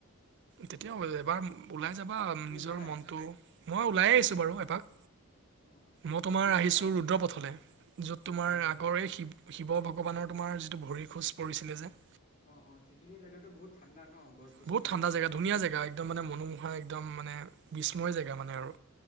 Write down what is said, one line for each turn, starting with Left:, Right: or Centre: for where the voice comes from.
Right: তেতিয়া এবাৰ ওলাই যাবা
Left: তুমি
Right: নিজৰ
Left: যোৱা নাই
Right: মনতটো মই ওলাইে আহিছো বাৰু এপাক।
Left: অ
Right: মই তোমাৰ
Left: অফিচ
Right: আহিছো
Left: যোৱা নাই আজি
Right: ৰুদ্ৰ পথলে যত তোমাৰ
Left: অ',
Right: আগৰে শিৱ শিৱ ভক্ত। ভগৱানৰ তোমাৰ যিটো ভৰি খোজ পৰিছিলে যে
Left: অ অ সেইখিনি জোগাাতো বহুত ঠাণ্ডা ন গছ গছনি
Right: বহুত ঠাণ্ডা জেগা ধুনীয়া জেগা একদম মানে মনোমোহা একদম মানে বিস্ময় জেগা মানে আৰু